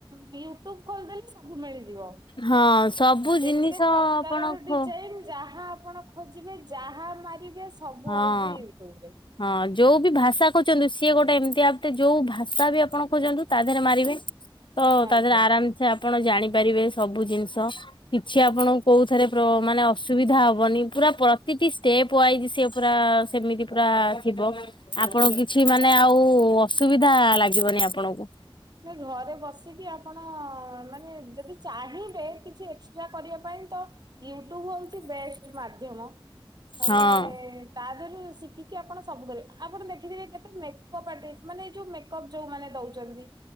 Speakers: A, on the right; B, on the left.
A: ୟୁଟ୍ୟୁବ୍ ଖୋଲିଦେଲେ ସବୁ ମିଳି ଥିବ
B: ହଁ ସବୁ
A: ଯେତେ
B: ଜିନିଷ
A: ପ୍ରକାରର
B: ଆପଣ ଖୋ
A: ଡିଜାଇନ ଯାହା ଆପଣ ଖୋଜିବେ ଯାହା ମାରିବେ ସବୁ
B: ହଁ
A: ଆଉଛି ୟୁଟ୍ୟୁବରେ
B: ହଁ ଯୋଉ ବି ଭାଷା ଖୋଜୋନ୍ତୁ ସିଏ ଗୋଟେ ଏମିତି ଆପ୍ ଟେ ଯୋଉ ଭାଷା ବି ଆପଣ ଖୋଯୋନ୍ତୁ ତା ଦେହରେ ମାରିବେ ତ
A: ଆଜ୍ଞା।
B: ତା ଦେହରେ ଆରାମ ସେ ଆପଣ ଜାଣି ପାରିବେ ସବୁ ଜିନିଷ କିଛି ଆପଣଙ୍କୁ କୋଉ ଥରେ ପ୍ରୋ ମାନେ ଅସୁବିଧା ହବନି ପୁରା ପ୍ର ପ୍ରତିଟି ଷ୍ଟେପ୍ୱାଇଜ୍ ସିଏ ପୁରା ସେମିତି ପୁରା ଥିବ ଆପଣ କିଛି ମାନେ ଆଉ ଅସୁବିଧା ଲାଗିବନି। ନା ଆପଣଙ୍କୁ
A: ନାଇଁ ଘରେ ବସିକି ଆପଣ ମାନେ ଯଦି ଚାହିଁବେ କିଛି ଏକ୍ସଟ୍ରା କରିବା ପାଇଁ ତ ୟୁଟ୍ୟୁବ ହୋଉଛି ବେଷ୍ଟ ମାଧ୍ୟମ ମାନେ
B: ହଁ
A: ତା ଦେହରୁ ଶିଖିକି ଆପଣ ସବୁ କରିବେ ଆପଣ ଦେଖିଥିବେ କେତେ ମେକପ୍ ଆଟିଷ୍ଟି ମାନେ ଏଇ ଯୋଉ ମେକପ୍ ଯୋଉ ମାନେ ଦଉଚନ୍ତି।